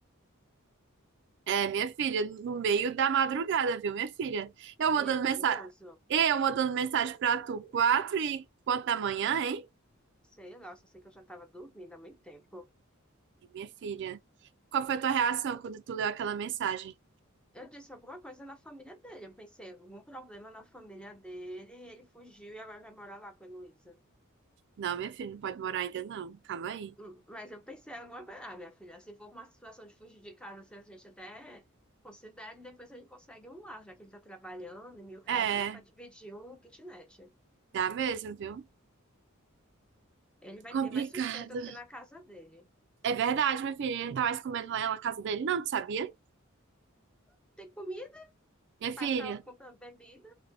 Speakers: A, on the right; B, in the centre.
A: É, minha filha, no meio da madrugada, viu, minha filha? Eu mandando
B: E é
A: mensagem,
B: perigoso?
A: eu mandando mensagem pra tu, quatro e quanto da manhã, hein?
B: Sei lá, só sei que eu já tava dormindo há muito tempo.
A: E, minha filha, qual foi a tua reação quando tu leu aquela mensagem?
B: Eu disse alguma coisa na família dele. Eu pensei, algum problema na família dele, ele fugiu e agora vai morar lá com a Heloísa.
A: Não, minha filha, não pode morar ainda não, calma aí.
B: Hum, Mas eu pensei em alguma coisa, ah, minha filha, se for uma situação de fugir de casa, se a gente até considera, e depois a gente consegue um lar, já que ele está trabalhando, e mil reais
A: É,
B: já dá para dividir um kitnet.
A: dá mesmo, viu?
B: Ele vai
A: Complicado.
B: ter mais sustento aqui na casa dele.
A: É verdade, minha filha, ele não tá mais comendo lá na casa dele, não, tu sabia?
B: Não Tem comida,
A: Minha
B: o pai
A: filha,
B: estava comprando bebida.